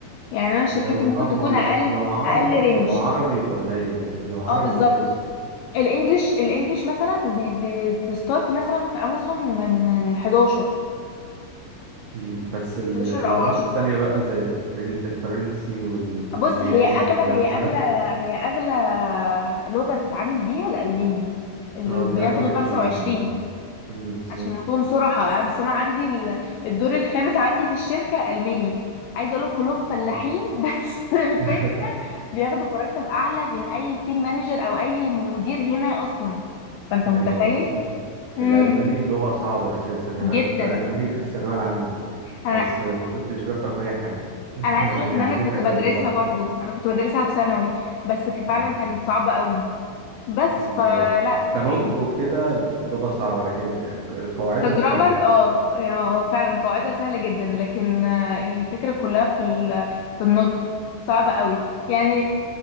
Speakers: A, on the left; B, on the right.
A: يعني انا شركتي
B: لو
A: ممكن
B: اه ما
A: تكون
B: لا
A: اقل
B: لو عربي
A: اقل رينج
B: لو عربي يبقى قليل أيوة لو عربي
A: اه بالظبط
B: قليل بس
A: الانجليش الانجليش مثلا بتستارت مثلا في امازون من من 11
B: مم، بس ال-
A: 11
B: اللغات
A: او 10
B: التانية بقى زي الفرن... الفرنسي والألماني
A: بص هي اغلى
B: والكلام
A: هي اغلى
B: ده
A: هي اغلى لغة تتعامل بيها الالماني اللي
B: اه
A: بياخدوا
B: بيعدي العشرين
A: 25
B: باين مم، بالظبط
A: عشان نكون صراحة انا أصل انا عندي ال- الدور الخامس عندي في الشركة الماني عايزة اقول لك كلهم فلاحين
B: لا.
A: <laughs> بس الفكرة
B: <laughs>
A: بياخدوا مرتب اعلى من اي تيم مانجر او اي مدير هنا اصلا فانت
B: أيوة
A: متخيل
B: أصلا
A: امم
B: الألماني لغة صعبة أساسا أنا
A: جدا
B: كنت ألماني في الثانوية العامة
A: انا
B: بس ما كنتش بفهم أي حاجة <laughs>
A: انا عايزه اقول
B: يعني
A: لك
B: عديتها
A: ان انا كنت
B: كده
A: بدرسها
B: بالبركة
A: برضو انا كنت بدرسها في ثانوي بس ك- فعلا
B: اه
A: كانت صعبه قوي بس
B: مم،
A: فلا
B: هي كنطق
A: يعني
B: وكده لغة صعبة لكن قواعدها
A: كجرامر
B: سهلة
A: اه آه، فعلا قاعدة سهلة جدا لكن آه، الفكرة كلها في ال- في النطق صعب قوي يعني